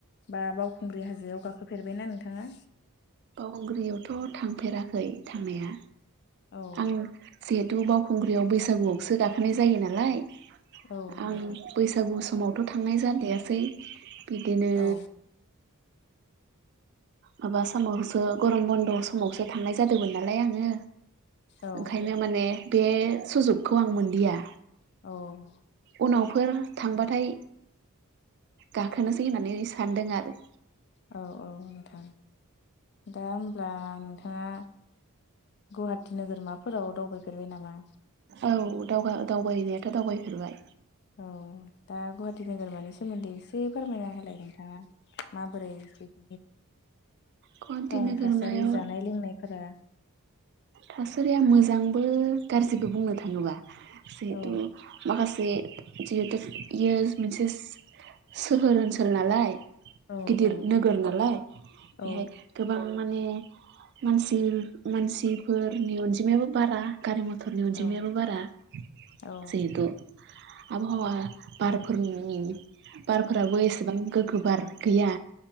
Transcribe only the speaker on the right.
बावखुंग्रियावथ' थांफेराखै थांनाया
आं जिहेथु बावखुंग्रियाव बैसागुआवसो गाखोनाय जायो नालाय
आं
बैसागु समावथ' थांनाय जादिसै बिदिनो
माबा समावसो गरम बन्द' समावसो थांनाय जादोंमोन नालाय आङो
ओंखायनो माने बे सुजुगखौ आं मोनदिया
उनावफोर थांबाथाय गाखोनोसै होननानै सानदों आरो
औ दावबायनायाथ' दावबायफेरबाय
गुवाहाटि
नोगोरमायाव
थासारिया मोजांबो गाज्रिबो बुंनो थाङोबा जिहेथु
माखासे जिहेथु इयो मोनसे सोहोर ओनसोल नालाय
गिदिर
नोगोर नालाय बेहाय
गोबां माने मानसि मानसिफोरनि अनजिमायाबो बारा गारि मथरनि अनजिमायाबो
बारा जिहेथु
आबहावा बारफोरनि बारफोराबो एसेबां गोग्गो बार गैया